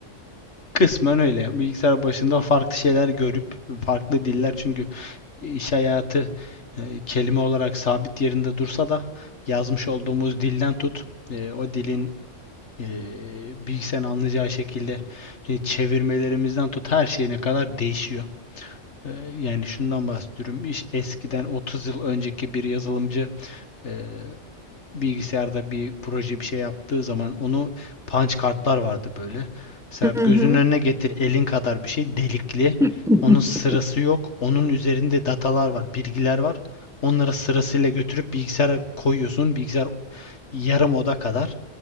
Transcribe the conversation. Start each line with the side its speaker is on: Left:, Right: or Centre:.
Left: kısmen öyle. Bilgisayar başında farklı şeyler görüp farklı diller çünkü iş hayatı e, kelime olarak sabit yerinde dursa da yazmış olduğumuz dilden tut e, o dilin e, bilgisayarın anlayacağı şekilde e, çevirmelerimizden tut her şeyine kadar değişiyor. Ee, Yani şundan bahsediyorum. İş- Eskiden 30 yıl önceki bir yazılımcı e, bilgisayarda bir proje bir şey yaptığı zaman onu punch kartlar vardı böyle. Serap
Centre: Hı
Left: gözünün
Centre: hı.
Left: önüne getir elin kadar bir şey delikli.
Centre: <laughs>
Left: Onun sırası yok. Onun üzerinde datalar var, bilgiler var. Onlara sırasıyla götürüp bilgisayara koyuyorsun. Bilgisayar yarım oda kadar.